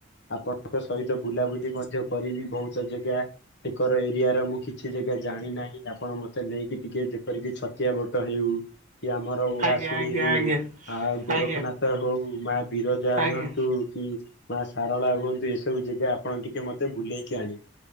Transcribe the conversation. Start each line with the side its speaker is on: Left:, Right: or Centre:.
Left: ଆପଣଙ୍କ ସହିତ ବୁଲାବୁଲି ମଧ୍ୟ କରିବି। ବୋହୁତ ଜଗା। ଏକର ଏରିଆ ର ମୁଁ କିଛି ଜାଗା ଜାଣିନାହିଁ ଆପଣ ମତେ ନେଇକି ଟିକେ ଯେପରିକି ଛତିଆ ବଟ ହେଉ କି ଆମର ଓଳା
Right: ଆଜ୍ଞା
Left: ଶୁଣି ହେଉ
Right: ଆଜ୍ଞା ଆଜ୍ଞା
Left: ଆ ଗୋରକନା
Right: ଆଜ୍ଞା
Left: ତ ହୋଉ ମା ବିରଜା
Right: ଆଜ୍ଞା।
Left: ହୁଅନ୍ତୁ। କି ମା ସାରଳା ହୁଅନ୍ତୁ ଏସବୁ ଜାଗା ଆପଣ ଟିକେ ମତେ ବୁଲେଇକି ଆଣିବେ।